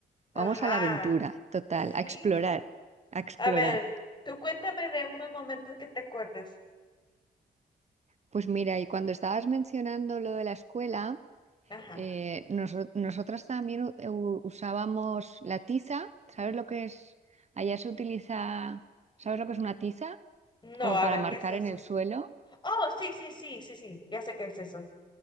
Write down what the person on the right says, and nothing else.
Vamos a la aventura, total,
a explorar, a explorar.
Pues mira, y cuando estabas mencionando lo de la escuela...
Eh, noso- nosotras también u- u- usábamos la tiza. ¿Sabes lo que es? Allá se utiliza, ¿sabes lo que es una tiza?
Como
para
marcar
en el suelo.